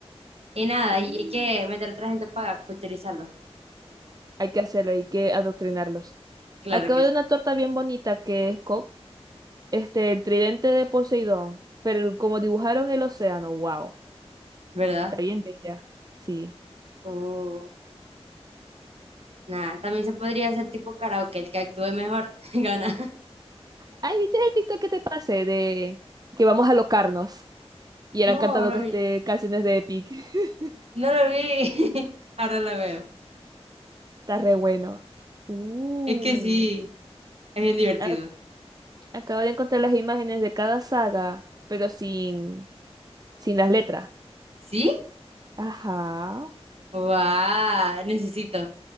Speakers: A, on the right; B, on the right.
A: Y nada,
B: Mm.
A: y hay que meter a otra gente para culturizarlo.
B: Hay que hacerlo, hay que adoctrinarlos.
A: Claro
B: Acabo
A: que
B: de
A: sí,
B: una torta bien bonita que es co- este, el tridente de Poseidón, pero como dibujaron el océano, wow,
A: ¿verdad?
B: está bien bella. Sí.
A: Uh, nada, también se podría hacer tipo karaoke, el que actúe mejor <laughs> gana.
B: Ay, ¿viste el TikTok que te pasé de que vamos a locarnos? Y eran
A: No,
B: cantando
A: no
B: que
A: vi,
B: este, canciones de Epic. <laughs>
A: no lo vi. <laughs> Ahora lo veo.
B: Está re bueno. Uh,
A: Es que sí, es bien divertido.
B: a- acabo de encontrar las imágenes de cada saga, pero sin, sin las letras.
A: ¿Sí?
B: Ajá.
A: ¡Wow! Necesito,